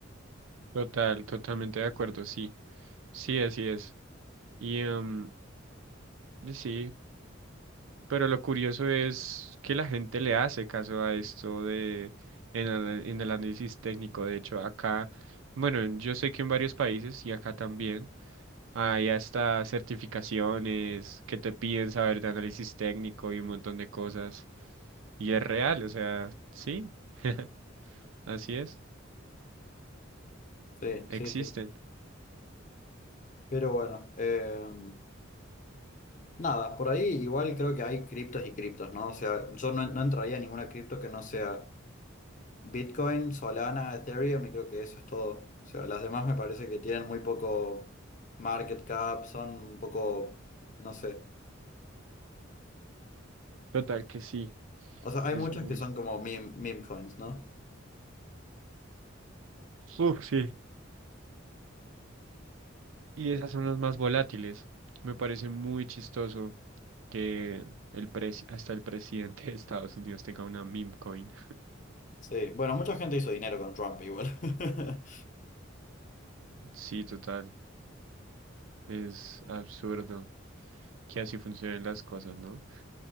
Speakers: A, on the right; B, on the left.
A: Total, totalmente de acuerdo, sí. Sí, así es. Y em, y sí, pero lo curioso es que la gente le hace caso a esto de en, el- en el análisis técnico. De hecho, acá, bueno, yo sé que en varios países y acá también. Hay hasta certificaciones que te piden saber de análisis técnico y un montón de cosas. Y es real, o sea, sí, <laughs> así es,
B: Sí,
A: existen.
B: sí, sí. Pero bueno, em, Nada, por ahí igual creo que hay criptos y criptos, ¿no? O sea, yo no, no entraría a ninguna cripto que no sea Bitcoin, Solana, Ethereum y creo que eso es todo. O sea, las demás me parece que tienen muy poco market cap, son un poco, no sé.
A: Total que sí,
B: O sea, hay
A: es
B: muchas
A: muy
B: que son
A: cierto.
B: como meme, meme coins, ¿no?
A: Uf, sí. Y esas son las más volátiles. Me parece muy chistoso que el presi- hasta el presidente de Estados Unidos tenga una meme coin.
B: Sí, bueno, mucha gente hizo dinero con Trump igual. <laughs>
A: Sí, total, es absurdo que así funcionen las cosas, ¿no?